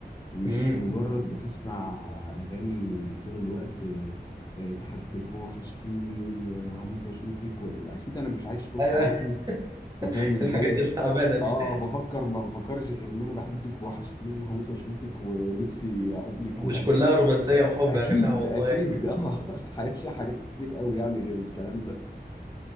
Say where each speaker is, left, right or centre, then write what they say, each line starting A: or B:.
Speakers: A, on the left; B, on the right.
A: مش
B: امم
A: مجرد بتسمع أغاني طول الوقت آه، آه، بحبك وحشتيني و- وهموت وأشوفك و- أكيد أنا مش عايش طول
B: أيوه
A: حياتي
B: أيوة،
A: أنت
B: <laughs>
A: فاهم إزاي؟
B: الحاجات التعبانة دي
A: اه بفكر ما بفكرش غير ان انا بحبك وحشتيني وهموت واشوفك ونفسي اقابلك واكيد
B: مش كلها رومانسية وحب
A: اكيد
B: يا جماعة والله
A: اكيد
B: <laughs>
A: اه <laughs> الحياه فيها حاجات كتير قوي يعني غير الكلام ده